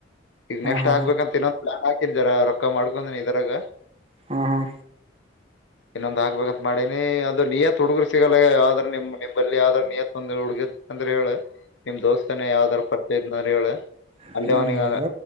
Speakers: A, on the left (about 75°); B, on the right (about 30°).
A: ಈಗ ನೆಸ್ಟ್ಗ್ಬೇಕ
B: ಹಾ
A: ಅಂತಏ ಹಾಕಿನ್ ಜರ ರೊಕ್ಕ ಮಾಡ್ಕೊಂಡಿ ಇದರಾಗ
B: ಹ್ಮ ಹಾ
A: ಇನ್ನೊಂದ್ ಹಾಕ್ಬೇಕಂತ ಮಾಡನಿ ಅದು ನಿಯತ್ ಹುಡ್ಗರು ಸಿಗಲ್ಲ ಯಾವ್ದ್ರ ನಿಮ್ ನಿಮಂಬಲ್ಲಿ ಯಾವ್ದಾರ ನಿಯತ್ ಒಂದ ಹುಗಿತ್ ಅಂದ್ರ ಹೇಳ ನಿಮ್ ದೋಸ್ತನೇ ಯಾವ್ದಾರ ಪರ್ತಿದ್ ಅಂದ್ರ ಹೇಳ
B: ಹಾ
A: ಅಲ್ಲಿ ಅವನಿಗ
B: ಅದ